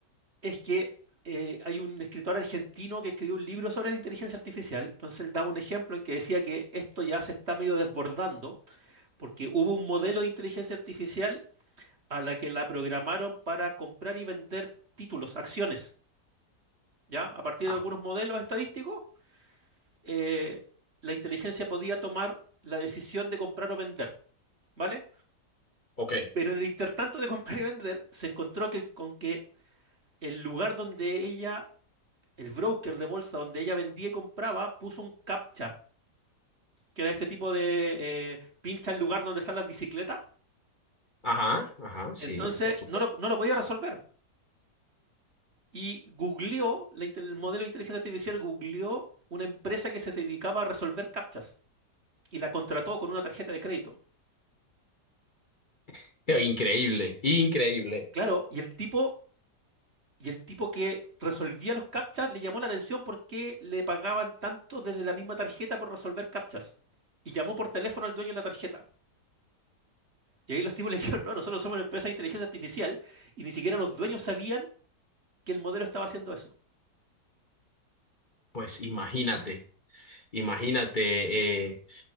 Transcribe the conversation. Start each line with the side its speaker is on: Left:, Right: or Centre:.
Right: es que eh, hay un escritor argentino que escribió un libro sobre la inteligencia artificial. Entonces él daba un ejemplo en que decía que esto ya se está medio desbordando porque hubo un modelo de inteligencia artificial a la que la programaron para comprar y vender títulos, acciones, ¿ya? A partir
Left: Ah,
Right: de algunos modelos estadísticos, eh, la inteligencia podía tomar la decisión de comprar o vender, ¿vale?
Left: ok.
Right: Pero en el intertanto de comprar y vender, se encontró que, con que el lugar donde ella el broker de bolsa donde ella vendía y compraba puso un captcha, que era este tipo de eh, pincha el lugar donde están las bicicletas.
Left: Ajá, ajá, sí,
Right: Entonces
Left: por supuesto.
Right: no lo, no lo podía resolver. Y googleó, la inte- el modelo de inteligencia artificial googleó una empresa que se dedicaba a resolver captchas y la contrató con una tarjeta de crédito.
Left: <laughs> Increíble, increíble.
Right: Claro, y el tipo, y el tipo que resolvía los captchas le llamó la atención porque le pagaban tanto desde la misma tarjeta por resolver captchas. Y llamó por teléfono al dueño de la tarjeta. Y ahí los tipos <laughs> le dijeron, no, nosotros somos una empresa de inteligencia artificial y ni siquiera los dueños sabían que el modelo estaba haciendo eso.
Left: Pues imagínate, imagínate, eh,